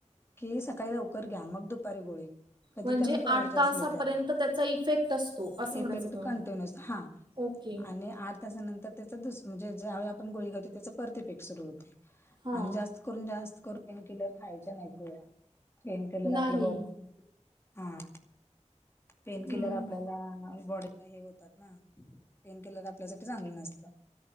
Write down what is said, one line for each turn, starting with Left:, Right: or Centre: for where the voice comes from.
Left: की, सकाळी लवकर घ्या. मग दुपारी गोळी. कधी
Right: म्हणजे
Left: कमी पवरचे
Right: आठ तासापर्यंत
Left: असले तर.
Right: त्याचा इफेक्ट असतो असं म्हणायचं
Left: इफेक्ट
Right: तुम्हाला
Left: कंटिन्युअस. हा.
Right: ओके
Left: आणि आठ त्याच्यानंतर त्याचा दुस म्हणजे, ज्यावेळी आपण गोळी खातो त्याच परत इफेक्ट सुरु होतेय.
Right: हां
Left: आणि जास्त करून जास्त करु पेन किलर खायच्या नाहीत. गोळ्या पेन किलर
Right: नाही
Left: आपल्या बॉडी हा, पेनकिलर
Right: हम्म
Left: आपल्याला बॉडी हे होतात ना. पेन किलर आपल्यासाठी चांगलं नसतं.